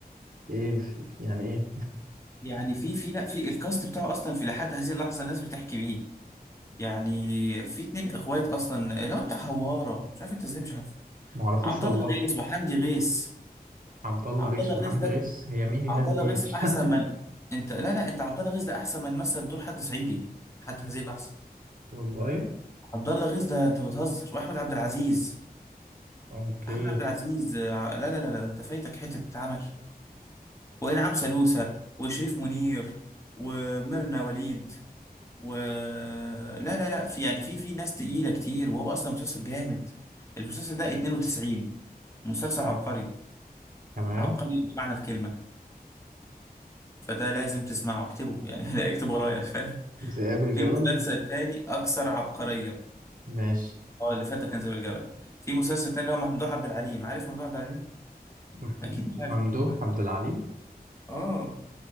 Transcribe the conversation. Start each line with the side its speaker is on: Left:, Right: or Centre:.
Right: ايه يعني ايه
Left: يعني في في لا في الكاست بتاعه اصلا في لحد هذه اللحظه الناس بتحكي بيه يعني في اتنين اخوات اصلا اللي هو بتاع هواره مش عارف انت ازاي مش عارف
Right: ما اعرفوش
Left: عبد
Right: والله
Left: الله غيث وحمدي غيث
Right: عبد الله
Left: عبد
Right: غيث
Left: الله
Right: وحمدي
Left: غيث ده
Right: غيث هي مين الناس
Left: عبد الله
Right: دي
Left: غيث
Right: <laughs>
Left: احسن من انت لا لا انت عبد الله غيث ده احسن من مثل دور حد صعيدي حتى هذه اللحظه
Right: والله
Left: عبد الله غيث ده انت بتهزر واحمد عبد العزيز
Right: اوكي
Left: احمد عبد العزيز آه، لا لا لا لا انت فايتك حته عمل وانعام سالوسة وشريف منير وميرنا وليد و لا لا لا في يعني في في ناس تقيله كتير وهو اصلا مسلسل جامد المسلسل ده 92 مسلسل
Right: آه،
Left: عبقري
Right: تمام
Left: عبقري بمعنى الكلمه فده لازم تسمعه اكتبه يعني <laughs> لا اكتب ورايا فاهم
Right: ذئاب الجبل
Left: في مسلسل تاني اكثر عبقريه
Right: ماشي
Left: اه اللي فات ده كان زي الجبل في مسلسل تاني اللي هو ممدوح عبد العليم عارف ممدوح عبد العليم
Right: مح-
Left: اكيد مش
Right: ممدوح
Left: عارف ممدوح عبد العليم
Right: عبد العليم
Left: اه